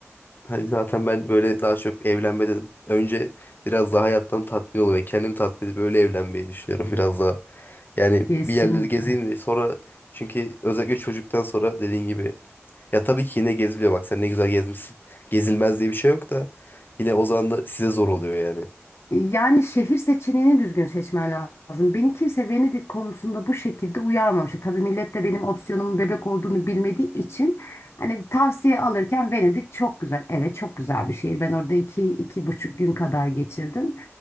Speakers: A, on the left (about 45°); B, on the left (about 65°).
A: Hani zaten ben böyle daha çok evlenmeden Önce biraz daha hayattan tatmin olmayı, ve kendimi tatmin edip öyle evlenmeyi düşünüyorum biraz daha. Yani
B: Kesinlikle.
A: bir yerleri gezeyim de sonra çünkü özellikle çocuktan sonra dediğin gibi ya tabii ki yine geziliyor bak sen ne güzel gezmişsin. Gezilmez diye bir şey yok da yine o zaman da size zor oluyor yani.
B: Yani şehir seçeneğini düzgün seçmen lazım. Beni kimse Venedik konusunda bu şekilde uyarmamıştı. Tabii millet de benim opsiyonumun bebek olduğunu bilmediği için hani tavsiye alırken Venedik çok güzel. Evet çok güzel bir şehir. Ben orada iki, iki buçuk gün kadar geçirdim.